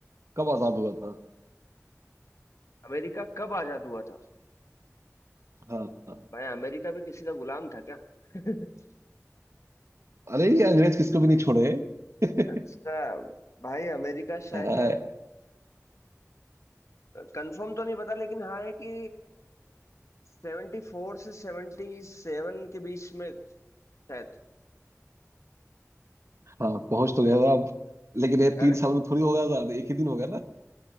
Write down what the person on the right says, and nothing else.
कब आजाद हुआ था
हाँ हाँ।
अरे ये अंग्रेज किसको भी नहीं छोड़े <laughs>
हाँ
हाँ पहुंच तो गया था अब लेकिन ये
तीन
साल में थोड़ी होगा था तो एक ही दिन होगा ना